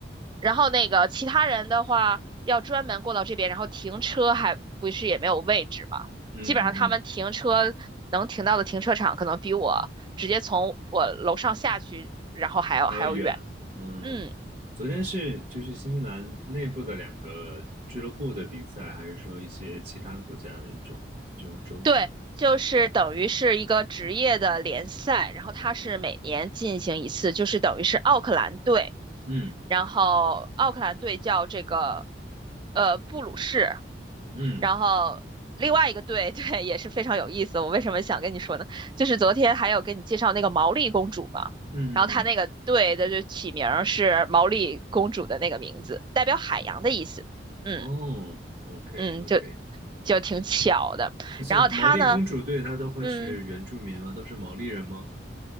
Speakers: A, on the right; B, on the right.
A: 然后那个其他人的话，要专门过到这边，然后停车还不是也没有位置嘛，
B: 嗯嗯嗯，
A: 基本上他们停车能停到的停车场，可能比我直接从我楼上下去，然后还要还要远。
B: 还要远。嗯，
A: 嗯，
B: 昨天是就是新西兰内部的两个俱乐部的比赛，还是说一些其他国家的一种这种洲际比赛？
A: 对，就是等于是一个职业的联赛，
B: 嗯
A: 然后它是每年进行一次，就是等于是奥克兰队，
B: 嗯
A: 然后奥克兰队叫这个呃布鲁士，
B: 嗯
A: 然后另外一个队，对，也是非常有意思。我为什么想跟你说呢？就是昨天还有跟你介绍那个毛利公主嘛，
B: 嗯嗯嗯，
A: 然后她那个队的就起名儿是毛利公主的那个名字，代表海洋的意思。嗯
B: 哦，OK
A: 嗯，
B: OK。
A: 就就挺巧的。
B: 像毛利公主队，
A: 然后她呢，
B: 她都会是原住民吗？
A: 嗯。
B: 都是毛利人吗？